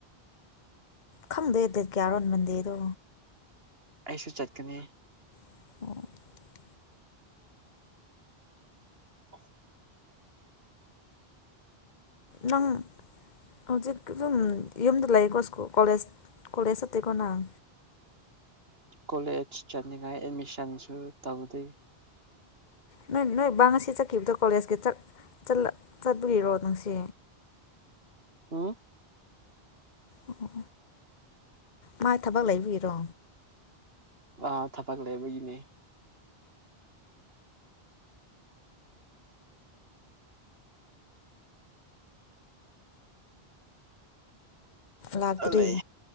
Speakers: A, on the left; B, on the right.
A: ꯈꯪꯗꯦ ꯗꯦꯠ ꯀꯌꯥꯔꯣ ꯃꯟꯗꯦꯗꯣ
B: ꯑꯩꯁꯨ ꯆꯠꯀꯅꯤ
A: <inaudible>
B: <inaudible>
A: ꯅꯪ ꯍꯧꯖꯤꯛ ꯑꯗꯨꯝ ꯌꯨꯝꯗ ꯂꯩꯀꯣ ꯁꯀꯨꯜ ꯀꯣꯂꯦꯖ ꯀꯣꯂꯦꯖ ꯆꯠꯇꯦꯀꯣ ꯅꯪ
B: ꯀꯣꯂꯦꯖ ꯆꯠꯅꯤꯡꯉꯥꯏ ꯑꯦꯠꯃꯤꯁꯟꯁꯨ ꯇꯧꯗꯦ
A: ꯅꯣꯏ ꯅꯣꯏ ꯕꯥ ꯉꯁꯤ ꯆꯠꯈꯤꯕꯗꯣ ꯀꯣꯂꯦꯖꯀꯤ ꯆꯠ ꯆꯠ ꯆꯠꯂꯤꯔꯣ ꯉꯁꯤ
B: ꯎꯝ
A: ꯑꯣ ꯃꯥꯥꯏ ꯊꯕꯛ ꯂꯩꯕꯩꯔꯣ
B: ꯑ ꯊꯕꯛ ꯂꯩꯕꯒꯤꯅꯦ
A: ꯂꯥꯛꯇ꯭ꯔꯤ
B: ꯂꯩ